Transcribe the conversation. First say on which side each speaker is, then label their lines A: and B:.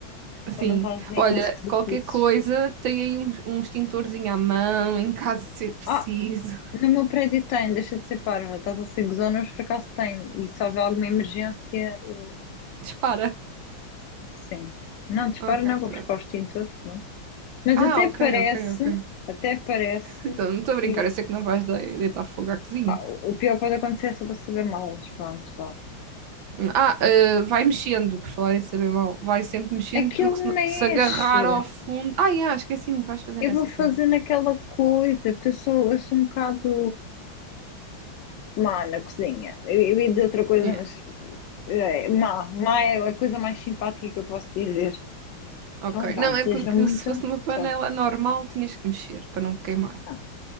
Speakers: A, on the right; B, on the left.
A: Sim.
B: Para não estás aí
A: Olha,
B: com esquisitices.
A: qualquer coisa, tem aí um, um extintorzinho à mão, em caso de ser preciso.
B: Ah, no meu prédio tem, deixa de ser parva. Estás a ser gozona, mas por acaso tem. E se houver alguma emergência, eu-
A: <laughs> Dispara.
B: sim. Não, dispara
A: Ok,
B: não, vou
A: pronto.
B: buscar o extintor. Não. Mas
A: Ah,
B: até
A: ok,
B: parece,
A: ok, ok.
B: até parece
A: Então, não estou a
B: que
A: brincar, eu sei que não vais dei- deitar fogo à cozinha.
B: pá, o pior que pode acontecer é só para saber mal. Mas pronto, vá.
A: Ah, ah, vai mexendo, por falar em saber mal. Vai sempre mexendo,
B: Aquilo
A: porque se, não-
B: mexe.
A: se agarrar ao fundo. Ah, yeah, esqueci-me que vais fazer
B: Eu
A: nessa
B: vou
A: cena.
B: fazer naquela coisa, porque eu sou, eu sou um bocado má na cozinha. Eu, eu ia dizer outra coisa,
A: Yeah,
B: mas é, má, má é a coisa mais simpática que eu posso dizer.
A: ok.
B: Então vá,
A: Não,
B: desejo
A: é porque
B: muita
A: se fosse numa panela
B: sorte.
A: normal, tinhas que mexer para não queimar.
B: Não,